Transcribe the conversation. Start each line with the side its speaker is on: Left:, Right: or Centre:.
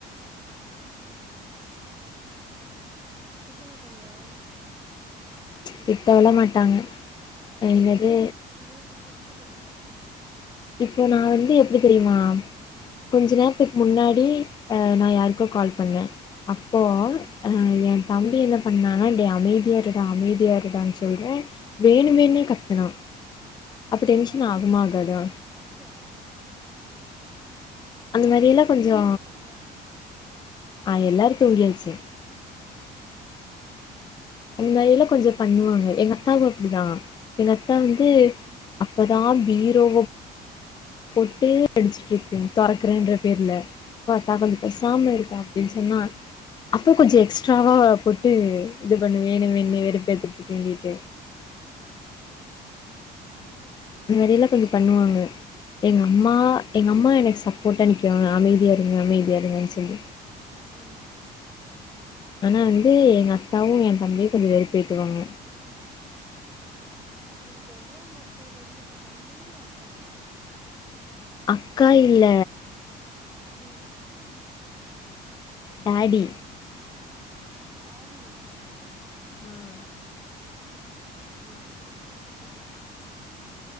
Right: உம்ம் <unintelligible> திட்ட மாட்டாங்க அ
Left: திட்டல மாட்டாங்க
Right: அப்ப ர
Left: என்னது
Right: <unintelligible> ரும் இருந்து பேசராங்க
Left: இப்போ நா வந்து எப்படி தெரியுமா
Right: ம்
Left: கொஞ்ச நேரத்து முன்னாடி அ நா யாருக்கு கால் பண்ணே அப்போ
Right: ம்
Left: அ எ தம்பி என்ன பண்ணா டேய் அமைதியா இருடா அமைதியா இருடான்னு சொல்ற வேணு வேணு கத்துனா அப்ப
Right: உம்
Left: டென்ஷன் ஆகுமா ஆகாதா
Right: <unintelligible> அடி உம்
Left: அந்த
Right: அவன்
Left: மாரியெல்லா
Right: இன்னு தூங்காம
Left: கொஞ்சோ
Right: என்ன பண்றா
Left: ஆ எல்லாரு தூங்கியாச்சு
Right: உம்
Left: அந்த நையில <unintelligible> கொஞ்ச பண்ணுவாங்க எங்க அத்தாவு அப்படிதா எங்க அத்தா வந்து
Right: ம்
Left: அப்பதா பீரோவ் போட்டு அடிச்சுட்டு இருக்கு
Right: ம்
Left: துறக்கறேன்ற பேர்ல பாத்தா கொஞ்ச பேசாம இருப்பா சொன்னா அப்போ கொஞ்ச எக்ஸ்ட்ராவா
Right: ம்
Left: போட் விட்டு இது பண்ண வேணு வேணு வெறுபேத்துதுக்கிட்
Right: உம்
Left: அந்த மாதிரி எல்லா கொஞ்ச பண்ணுவாங்க எங்க அம்மா எங்க அம்மா எனக்கு சப்போர்ட்டாக நிக்குவாங்க அமைதியா இருங்க அமைதியா இருங்கன்னு சொல்லி
Right: உம்
Left: ஆனா வந்து எங்க அத்தாவு என் தம்பியு கொஞ்ச வெறு பேத்துவாங்க
Right: உனக்கு எவ்வளவு மொத்த ரெண்டு தம்பி அக்காவா
Left: அக்கா இல்ல
Right: உம்
Left: டாடி
Right: டி <unintelligible>
Left: ஆஹ் <inaudible>
Right: சரி சரி <unintelligible>